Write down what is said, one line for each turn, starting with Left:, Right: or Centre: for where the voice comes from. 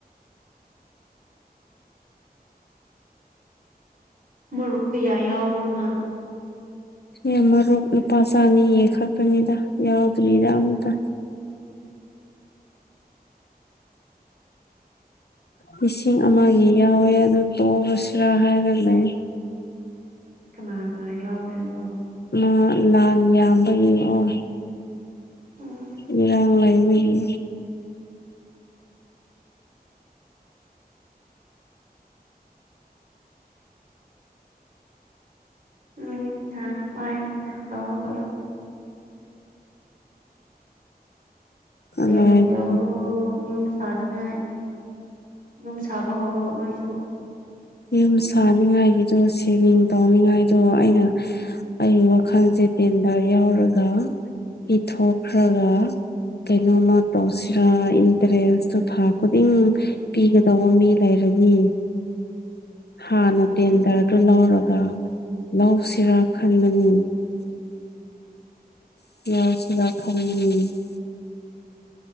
Right: ꯃꯔꯨꯞ ꯀꯌꯥ ꯌꯥꯎꯕ꯭ꯔꯣ ꯅꯪ
Left: ꯑꯩ ꯃꯔꯨꯞ ꯂꯨꯄꯥꯒꯤ ꯆꯥꯅꯤꯒꯤ ꯈꯛꯇꯥꯅꯤꯗ ꯌꯥꯎꯗ꯭ꯔꯤꯗ ꯑꯃꯇ ꯂꯤꯁꯤꯡ ꯑꯃꯒꯤ ꯌꯥꯎꯋꯦ ꯑꯗꯨ ꯇꯣꯛꯑꯁꯤꯔꯥ ꯍꯥꯏꯔꯒ ꯂꯩ
Right: ꯀꯅꯥ ꯀꯅꯥ ꯌꯥꯎꯔꯦ ꯑꯗꯣ
Left: ꯃꯥ ꯂꯥꯟ ꯌꯥꯝꯕ ꯌꯦꯡꯑꯣ
Right: ꯎꯝ
Left: ꯏꯔꯥꯡ ꯂꯩꯕꯒꯤ
Right: ꯅꯣꯏꯗ ꯄꯩꯁꯥ ꯄꯥꯏꯕꯅꯤꯅꯥ ꯇꯧꯔꯣ ꯇꯧꯔꯣ
Left: <unintelligible>
Right: ꯁꯦꯚꯤꯡ ꯇꯧꯔꯣ ꯌꯨꯝ ꯁꯥꯅꯤꯡꯉꯥꯏ ꯌꯨꯝ ꯁꯥꯕ ꯍꯧꯔꯣ ꯅꯣꯏꯁꯨ
Left: ꯌꯨꯝ ꯁꯥꯅꯤꯡꯉꯥꯏꯒꯤꯗꯣ ꯁꯦꯚꯤꯡ ꯇꯧꯅꯤꯡꯉꯥꯏꯗꯣ ꯑꯩꯅ ꯑꯩ ꯋꯥꯈꯜꯁꯦ ꯇꯦꯟꯗꯥꯔ ꯌꯥꯎꯔꯒ ꯄꯤꯊꯣꯛꯈ꯭ꯔꯒ ꯀꯩꯅꯣꯝꯃ ꯇꯧꯁꯤꯔꯥ ꯏꯟꯇꯔꯦꯁꯇꯨ ꯊꯥ ꯈꯨꯗꯤꯡ ꯄꯤꯒꯗꯧꯕ ꯃꯤ ꯂꯩꯔꯗꯤ ꯍꯥꯟꯅ
Right: ꯎꯝ
Left: ꯇꯦꯟꯗꯔꯗꯨ ꯂꯧꯔꯒ ꯂꯧꯁꯤꯔꯥ ꯈꯟꯕꯅꯤ <inaudible>